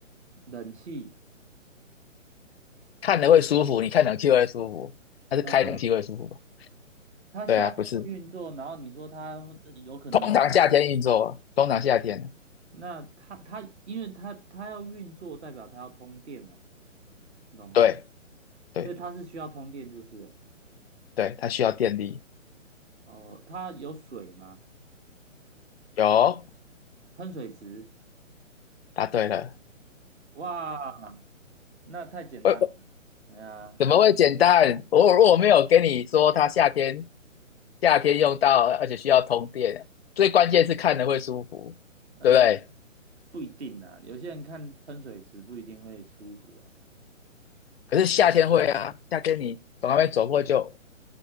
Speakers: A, on the right (about 55°); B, on the left (about 50°).
A: 冷气，
B: 看了会舒服，你看冷气会舒服，它是开冷嗯气会舒服吧？
A: 呃，它夏天会运作，
B: 对啊，不是，
A: 然后你说它这有可能是
B: 通常夏天运作啊，通常夏天，
A: 那它它因为它它要运作，代表它要通电呐，你懂吗？
B: 对对
A: 所以它是需要通电，就是了
B: 对，它需要电力。
A: 哦，它有水吗？
B: 有，
A: 喷水池，
B: 答对了。
A: 哇，那太简单了，
B: 会
A: 哎呀。
B: 怎么会简单？我我没有跟你说它夏天夏天用到，而且需要通电，最关键是看了会舒服，
A: 呃，
B: 对不对？
A: 不一定啦，有些人看喷水池不一定会舒服啊。
B: 可是夏天会啊，夏天你从那边走过就